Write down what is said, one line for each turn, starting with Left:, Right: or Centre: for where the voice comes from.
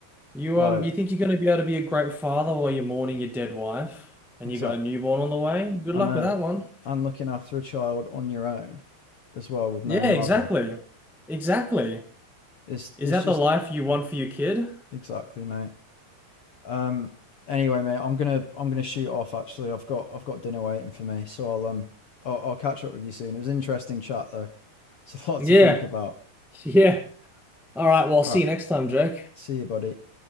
Centre: You
Left: Like
Centre: um, you think you're gonna be able to be a great father while you're mourning your dead wife, and
Left: Exactly.
Centre: you got a newborn on the way? Good
Left: I
Centre: luck
Left: know.
Centre: with that one.
Left: And looking after a child on your own as well with no
Centre: Yeah,
Left: mother.
Centre: exactly, exactly.
Left: It's
Centre: Is
Left: it's
Centre: that
Left: just
Centre: the life you want for your kid?
Left: exactly, mate. Um anyway, mate, I'm gonna I'm gonna shoot off actually. I've got I've got dinner waiting for me, so I'll um I'll, I'll catch up with you soon. It was an interesting chat though. It's a lot
Centre: Yeah.
Left: to think about.
Centre: <laughs> Yeah. All right. Well, I'll see
Left: All right.
Centre: you next time, Jake.
Left: See you, buddy.